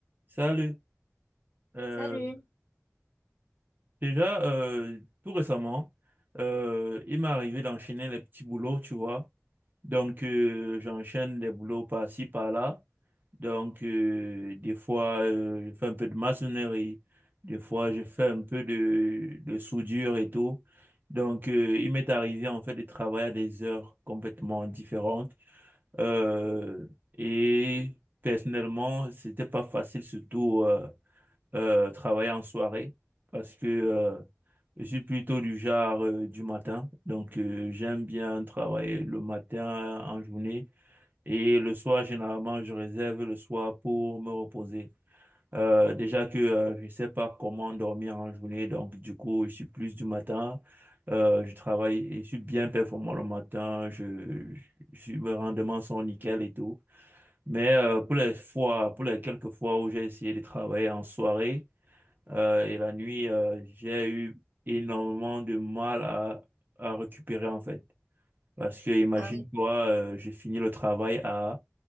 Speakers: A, on the right; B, on the left.
A: Salut. Euh,
B: Salut.
A: déjà, euh, tout récemment, euh, il m'est arrivé d'enchaîner les petits boulots, tu vois. Donc, euh, j'enchaîne des boulots par-ci, par-là. Donc, euh, des fois, euh, je fais un peu de maçonnerie. Des fois, je fais un peu de, de soudure et tout. Donc, euh, il m'est arrivé, en fait, de travailler à des heures complètement différentes. Euh, et personnellement, c'était pas facile, surtout... euh, euh, travailler en soirée parce que euh, je suis plutôt du genre euh, du matin. Donc, euh, j'aime bien travailler le matin euh, en journée et le soir, généralement, je réserve le soir pour me reposer. Euh, déjà que euh, je sais pas comment dormir en journée, donc du coup, je suis plus du matin. Euh, je travaille et je suis bien performant le matin. Je, je, je- mes rendements sont nickel et tout. Mais euh, pour les fois, pour les quelques fois où j'ai essayé de travailler en soirée, euh, et la nuit, euh, j'ai eu énormément de mal à, à récupérer en fait. Parce que imagine-toi,
B: Ah oui.
A: euh, j'ai fini le travail à,